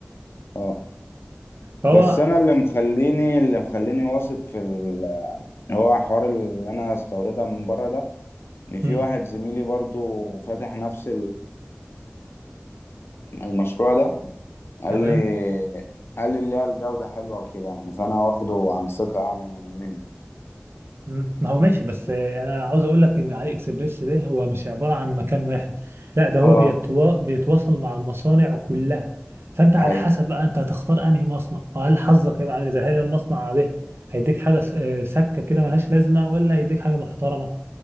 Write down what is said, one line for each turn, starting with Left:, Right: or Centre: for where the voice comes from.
Left: اه
Right: فهو
Left: بس انا اللي مخليني اللي مخليني واثق في ال... هو حوار اللي انا هستوردها من بره ده ان في
Right: مم.
Left: واحد زميلي برضو فاتح نفس المشروع ده قال
Right: تمام
Left: لي قال لي اللي هي الجودة حلوة وكده يعني فأنا واخده عن ثقة يعني مني
Right: مم. ما هو ماشي بس انا عاوز اقول لك ان علي اكسبريس ده هو مش عبارة عن مكان واحد لا ده هو
Left: اه
Right: بيتوا... بيتواصل مع المصانع كلها فانت على
Left: أيوه
Right: حسب بقى انت هتختار انهي مصنع وهل حظك هيبقى عامل ازاي هل المصنع ده هيديك حاجة س- سكة كده ملهاش لازمة ولا هيديك حاجة محترمة